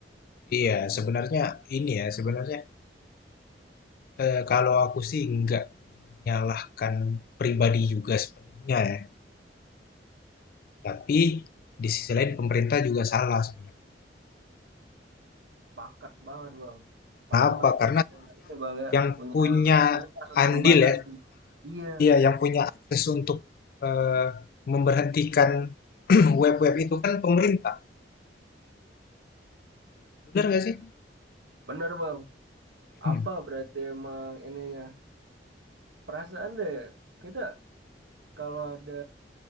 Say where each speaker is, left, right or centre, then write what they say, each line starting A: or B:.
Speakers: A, on the left; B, on the right.
A: iya sebenarnya ini ya sebenarnya eh, kalau aku sih nggak menyalahkan pribadi juga sepenuhnya ya tapi di sisi lain pemerintah juga salah sebenarnya
B: Pakat banget bang. Padahal
A: Kenapa?
B: mereka
A: Karena
B: punya ini bang ya
A: yang
B: punya
A: punya
B: fasilitas untuk
A: andil
B: membatasi.
A: ya,
B: Iya,
A: iya yang punya akses untuk eh, memberhentikan <clears throat> web-web itu kan pemerintah. benar nggak sih?
B: bener bang.
A: Hmm.
B: Apa berarti emang ininya? Perasaan deh kita kalau ada